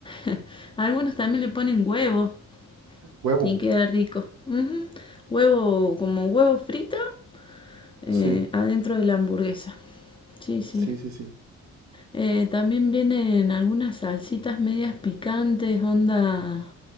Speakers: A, on the left (about 15°); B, on the right (about 65°).
A: <laughs> Algunos también le ponen huevo
B: Huevo.
A: y queda rico. Ujú. Huevo como huevo frito eh,
B: Sí,
A: adentro de la hamburguesa. Sí, sí.
B: sí, sí, sí.
A: Eh, también vienen algunas salsitas medias picantes, onda